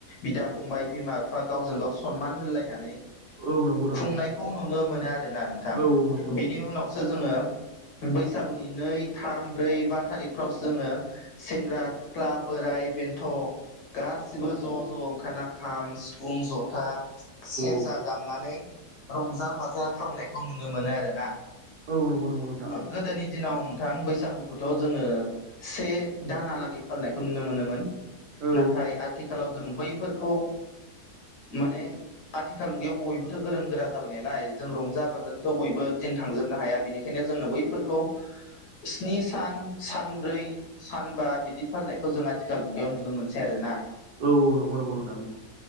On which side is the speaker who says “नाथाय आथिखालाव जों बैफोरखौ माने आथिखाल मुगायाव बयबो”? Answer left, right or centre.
Left